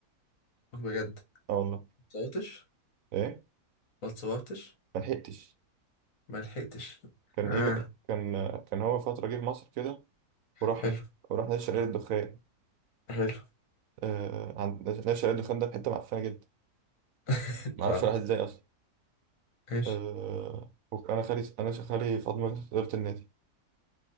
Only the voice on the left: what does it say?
<laughs> بجد ما
اتصورتش
ما اتصورتش
ما لحقتش
اه
حلو
حلو
<laughs>
اه
ماشي